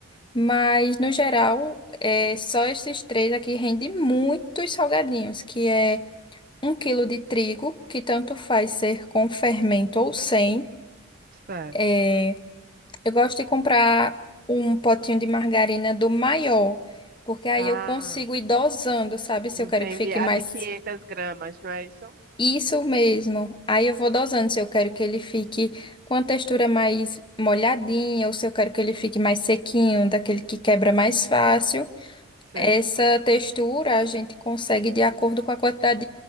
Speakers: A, on the left (about 20°); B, on the right (about 45°).
A: Mas, no geral, é, só esses três aqui rende muitos salgadinhos, que é um quilo de trigo, que tanto faz ser com fermento ou sem.
B: Certo.
A: É, Eu gosto de comprar um potinho de margarina do maior, porque aí
B: Ah,
A: eu consigo ir dosando, sabe? Se
B: entendi.
A: eu quero que fique
B: A
A: mais.
B: de 500 gramas, não é isso?
A: Isso mesmo. Aí eu vou dosando se eu quero que ele fique com a textura mais molhadinha ou se eu quero que ele fique mais sequinho, daquele que quebra mais fácil.
B: Sei.
A: Essa textura a gente consegue de acordo com a quantidade